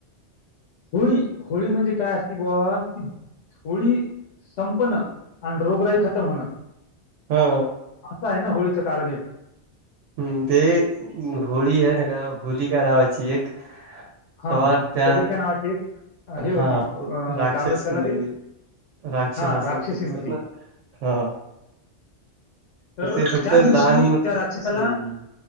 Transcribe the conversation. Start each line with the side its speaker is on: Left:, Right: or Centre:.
Left: होळी होळी म्हणजे काय असती बण होथोळी संपणं आणि रोगराई खतम होणं
Right: हा
Left: असं आहे ना होळीचं कारण एक
Right: हम्म ते होळी आहे ना का होली का नावाची एक
Left: हा
Right: तेव्हा
Left: हा
Right: त्या
Left: होलिका नावाची एक हे होती
Right: हा
Left: काय
Right: ते राक्षस
Left: म्हणत्यात त्याला
Right: म्हणजे
Left: ते
Right: राक्षस
Left: हां,
Right: असत
Left: राक्षसीन
Right: ते असत
Left: होती.
Right: ना हा
Left: तर
Right: ते फक्त
Left: त्या दिवशी
Right: लहान मुल
Left: त्या
Right: हम्म
Left: राक्षसाला